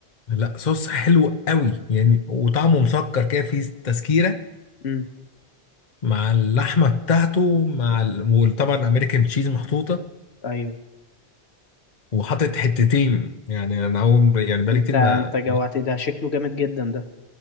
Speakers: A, on the left; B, on the left.
A: لا صوص حلو قوي يعني وطعمه مسكر كده فيه تسكيرة
B: امم
A: مع اللحمة بتاعته مع
B: أوف.
A: ال... وطبعا امريكان تشيز محطوطة
B: ايوه
A: وحاطط حتتين يعني انا اول يعني بقالي
B: انت
A: كتير
B: انت
A: ما
B: جوعت ده شكله جامد جدا ده